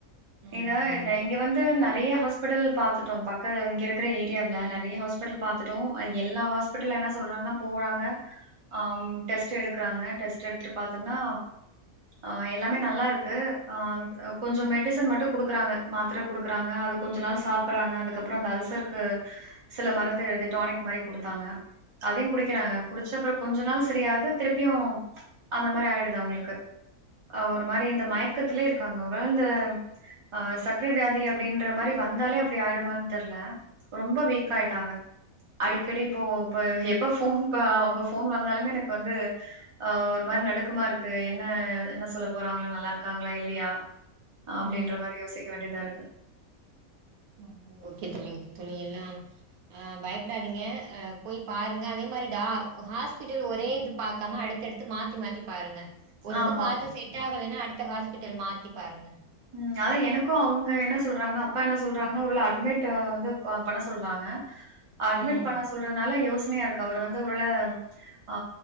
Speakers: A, on the right; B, on the right.
A: ம்
B: இத இந்த
A: ஓகே
B: இங்க வந்து ந நறைய ஹாஸ்பிட்டல் பாத்துட்டோ பக்க இங்க இருக்கிற ஏரியாவுல நறைய ஹாஸ்பிட்டல் பாத்தட்டோ எல்லா ஹாஸ்பிட்டல்ல என்ன சொல்றாங்கன்னா போறாங்க ஆ, டெஸ்ட் எடுக்கறாங்க டெஸ்ட் எடுத்துட்டு பாத்தோம்னா அ, எல்லாமே நல்லா இருக்கு ஆ, கொஞ்சோ மெடிசன் மட்டு குடுக்றாங்க மாத்தர குடுக்குறாங்க அது கொஞ்ச நாள் சாப்புட்றாங்க அதுக்கப்றோ அந்த அல் ல்சர்க்கு சில மருந்து எழுதி டானிக் மாரி குடுத்தாங்க அதையு குடிக்கிறாங்க
A: ஓ
B: குடிச்சப்றோ கொஞ்ச நாள் சரியாவுது திருப்பியு அந்த மாரி ஆயிடுது அவங்களுக்கு அ, ஒரு மாரி இந்த மயக் க்கத்துலயே இருக்காங்க, ஒருவேள இந்த அ, சக்கரவியாதி அப்டின்ற மாரி வந்தாலே அப்டி ஆயிடுமான்னு தெர்ல ரொம்ப வீக் ஆயிட்டாங்க அடிக்கடி இப்போ இப்ப எப்ப ஃபோன் ப அவங்க ஃபோன் வந்தாலுமே எனக்கு வந்து அ ஒரு மாரி நடுக்கமா இருக்கு, என்ன என்ன சொல்ல போறாங்களோ நல்லா இருக்கு க்காங்களா இல்லையா
A: ம்
B: அப்டின்ற மாரி யோசிக்க வேண்டியதா இரு
A: ம், ஒகே தோழி, தோழி எல்லா அ பயப்படாதீங்க அ போய் பாருங்க அதே மா மாரி டா ஹாஸ்பிட்டல் ஒரே இது பாக்காம அடுத்தடுத்து மாத்தி மாத்தி பாருங்க ஒரு
B: ஆமா.
A: இது பாத்து செட் ஆகலைன்னா அடுத்த ஹாஸ்பிட்டல் மாத்தி பாருங்க
B: ம், அதா எனக்கு அவங்க என்ன சொல்றாங்க அப்பா என்ன சொல்றாங்கன்னா ஒருவேள அட்மிட் வந்து பண்ண சொல்றாங்க அட்மிட்
A: ம்
B: பண்ண சொல்றதுனால யோசி பிரச்சனையா இருக்கு அவரு வந்து ஒரு வேல ஆ